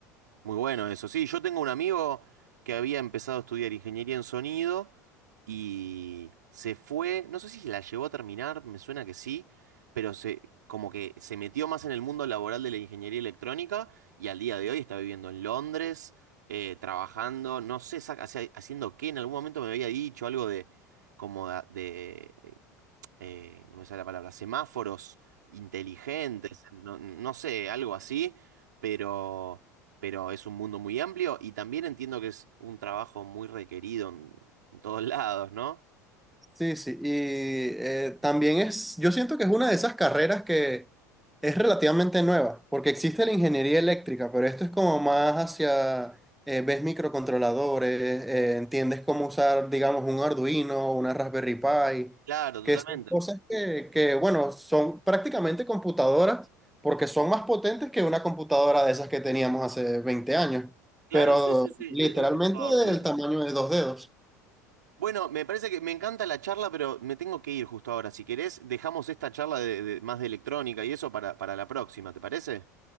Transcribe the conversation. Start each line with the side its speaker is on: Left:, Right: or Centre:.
Right: Muy bueno eso. Sí, yo tengo un amigo que había empezado a estudiar ingeniería en sonido y se fue, no sé si la llegó a terminar, me suena que sí, pero se como que se metió más en el mundo laboral de la ingeniería electrónica y al día de hoy está viviendo en Londres, eh, trabajando, no sé sa- hacia- haciendo qué, en algún momento me había dicho algo de como de, de eh, no me sale la palabra, semáforos inteligentes, no, no sé, algo así, pero, pero es un mundo muy amplio y también entiendo que es un trabajo muy requerido en, en todos <laughs> lados, ¿no?
Centre: Sí, sí, y eh, también es, yo siento que es una de esas carreras que es relativamente nueva, porque existe la ingeniería eléctrica, pero esto es como más hacia, eh, ves microcontroladores, eh, entiendes cómo usar, digamos, un Arduino, una Raspberry Pi,
Right: Claro,
Centre: que
Right: totalmente.
Centre: son cosas que, que, bueno, son prácticamente computadoras, porque son más potentes que una computadora de esas que teníamos hace 20 años,
Right: Claro,
Centre: pero
Right: sí, sí, sí.
Centre: literalmente
Right: Eh, eh, por favor, Rubino.
Centre: del tamaño de dos dedos.
Right: Bueno, me parece que me encanta la charla, pero me tengo que ir justo ahora. Si querés, dejamos esta charla de, de- más de electrónica y eso para, para la próxima, ¿te parece?